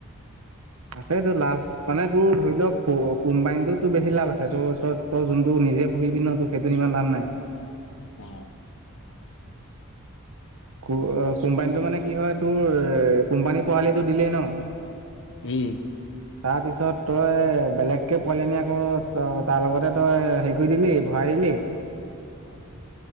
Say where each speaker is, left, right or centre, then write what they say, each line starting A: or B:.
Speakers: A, on the right; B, on the left.
A: আছেটো লাভ। মানে তোৰ ধৰি লওক কো অ কোম্পানিটোত তোৰ বেছি লাভ আছে তোৰ ত তই যোনটো নিজে পুহিবি ন তোৰ সেইটো ইমান লাভ নাই।
B: অহ।
A: কো অ কোম্পানীটো মানে কি হয় তোৰ কোম্পানী পোৱালিটো দিলেই ন?
B: উম।
A: <inaudible> তাৰপিছত তই বেলেগকে পোৱালি নি আকৌ তই তাৰ লগতে তই হেৰি কৰি দিলি ভৰাই দিলি।
B: অ।